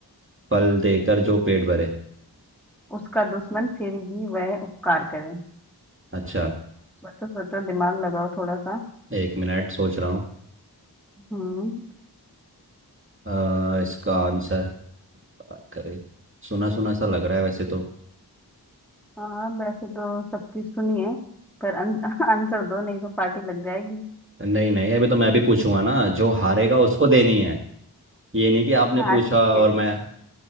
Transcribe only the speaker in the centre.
उसका दुश्मन फिर भी वह उपकार करे
सोचो सोचो दिमाग लगाओ थोड़ा सा
हम्म
हाँ वैसे तो सब चीज सुनी है पर अं, <laughs> आंसर दो नहीं तो पार्टी लग जाएगी
हाँ
ठीक है